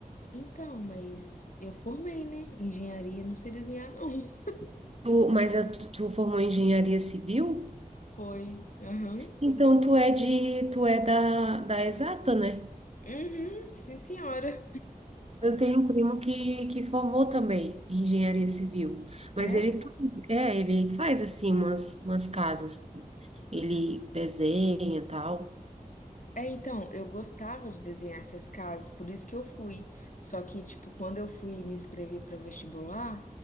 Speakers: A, on the left; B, on the right.
A: Então, mas eu formei, né, engenharia, não sei desenhar, não. <laughs>
B: Tu, mas a, tu tu formou em engenharia civil?
A: Foi. Aham.
B: Então tu é de, tu é da, da exata, né?
A: Uhum. Sim, senhora.
B: Eu tenho um primo que, que formou também em engenharia civil, mas
A: É,
B: ele faz, é, ele faz assim umas, umas casas, ele desenha e tal.
A: É, então, eu gostava de desenhar essas casas, por isso que eu fui. Só que, tipo, quando eu fui me inscrever para vestibular,